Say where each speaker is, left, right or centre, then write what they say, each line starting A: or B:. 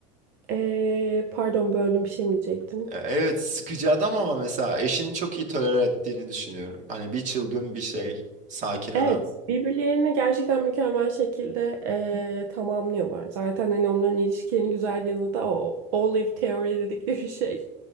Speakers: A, on the right; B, on the right.
A: e, pardon böldüm bir şey mi diyecektim?
B: e, evet sıkıcı adam ama mesela eşini çok iyi tolere ettiğini düşünüyorum. Hani bir çılgın bir şey, sakin adam.
A: Evet, birbirlerini gerçekten mükemmel şekilde eee, tamamlıyorlar. Zaten hani onların ilişkilerinin güzel yanı da o Olive Theory dedikleri şey.